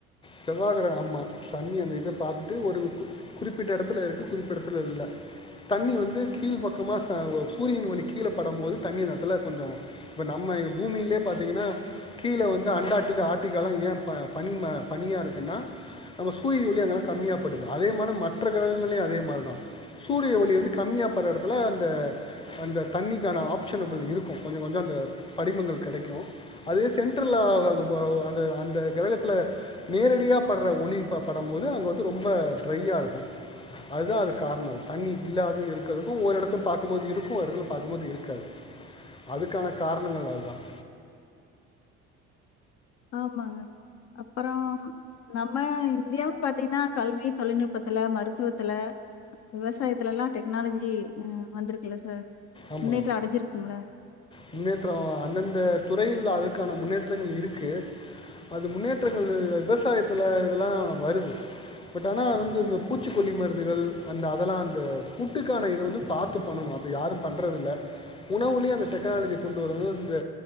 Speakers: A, on the left; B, on the left.
A: செவ்வாய் கிரகம் ஆம்மா தண்ணி அந்த இத பார்த்துட்டு ஒரு கு குறிப்பிட்ட இடத்துல இருக்கு குறிப்பிட்ட இடத்துல இல்ல தண்ணி வந்து கீழ் பக்கமா சூரியன் ஒலி கீழ படும் போது தண்ணி இடத்துல கொஞ்சம் இப்ப நம்ம பூமியிலயே பாத்தீங்கன்னா கீழே வந்து அண்டார்ட்டிகா ஆர்க்டிகா எல்லாம் ஏன் பனி பனியா இருக்குன்னா நம்ம சூரிய ஒளி அங்கெல்லாம் கம்மியாப்படுது அதே மாதிரி மற்ற கிரகங்கள்லயும் அதே மாதிரி தான் சூரிய ஒளி வந்து கம்மியாக படுற எடத்துல அந்த அந்த தண்ணிக்கான ஆப்ஷனபிள் இருக்கும் கொஞ்சம் கொஞ்சம் அந்த படிமங்கள் கெடைக்கும் அதே சென்ட்ரல அந்த அந்த அந்த கிரகத்தில் நேரடியா படுற ஒளிபடும்போது அங்கே வந்து ரொம்ப ட்ரையாக இருக்கும் அதுதான் அதுதான் காரணம் அது தண்ணி இல்லாத இருக்கிறதுக்கும் ஒரு எடத்துல பாக்கும்போது இருக்கும் ஒரு எடத்துல பார்க்கும்போது இருக்காது அதுக்கான காரணங்கள் அது தான்
B: ஆமாங்க அப்புறம் நம்ம இந்தியாவ பாத்தீங்கன்னா கல்வி தொழில்நுட்பத்துல மருத்துவத் துல விவசாயத்துல எல்லாம் டெக்னாலஜி ம் வந்திருக்குல்ல சார்
A: ஆமா
B: முன்னேற்ற அடஞ்சிருக்குங்கள
A: முன்னேற்றோம் அந்தந்த துறையில் அதுக்கான முன்னேற்றங்கள் இருக்கு அது முன்னேற்றங்கள் விவசாயத்தில் இதெல்லாம் வருது பட் ஆனா அது வந்து இந்த பூச்சிக்கொல்லி மருந்துகள் அந்த அதெல்லாம் அந்த ஃபுட்டுக்கான இத வந்து பார்த்து பண்ணணும் அப்டி யாரும் பண்றதில்ல உணவுலே அந்த டெக்னாலஜிய கொண்டு வர இந்த